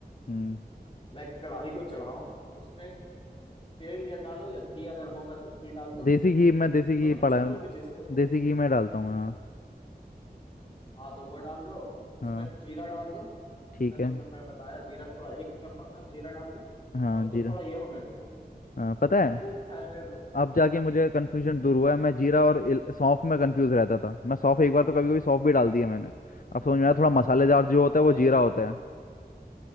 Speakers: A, on the left (about 55°); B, on the left (about 35°).
A: हम्म
B: लाइक कढ़ाई को चढ़ाओ उसमें तेल या डालो या घी अगर होगा तो घी डाल दो
A: देसी घी मैं देसी घी
B: दोनों में
A: पड़ा
B: से कोई
A: है
B: भी चीज को
A: देसी घी मैं डालता हूँ हाँ
B: हाँ तो वो डाल दो उसमें
A: हाँ
B: जीरा डाल दो जितना
A: ठीक
B: तुमने
A: है
B: मैं बताया जीरा थोड़ा एक चम्मच जीरा डाल दो
A: हाँ
B: और उसको
A: जीरा
B: थोड़ा ये होने दो उसका
A: हाँ पता
B: खुशबू
A: है
B: फैलने दो
A: अब जाके मुझे कन्फ्यूजन
B: हम्म
A: दूर हुआ है मैं जीरा और इल- सौंफ में कंफ्यूज रहता था मैं सौंफ एक बार तो कभी कभी सौंफ भी डाल दी है मैंने अब समझ में आया थोड़ा मसालेदार जो
B: सॉस
A: होता
B: तो
A: है
B: हरे
A: वो जीरा
B: कलर
A: होता है